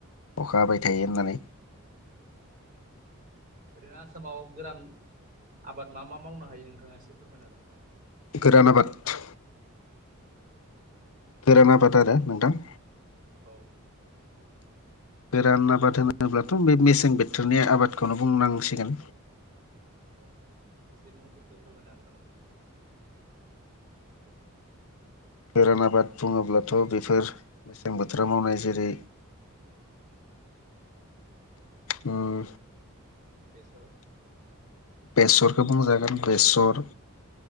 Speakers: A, on the left; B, on the right.
A: अखा हाबाय थायो
B: औ
A: होननानै
B: ओरैनो आसामाव गोरान आबाद मा मा मावनो हायो नोंथांङा एसे फोरमायनो हागोन नामा?
A: गोरान आबाद गोरान आबाद आरो नोंथां।
B: औ।
A: गोरान आबाद होनोब्लाथ' बे मेसें बोथोरनि आबादखौनो बुंनांसिगोन।
B: औ एसे मुंफोरखौ फोरमायनो हागोन नामा नोंथां?
A: गोरान आबाद बुंङोब्लाथ' बेफोर मेसें बोथोर मावनाय जेरै
B: <inaudible>
A: उम।
B: बेस
A: बेसरखौ बुंजागोन बेसर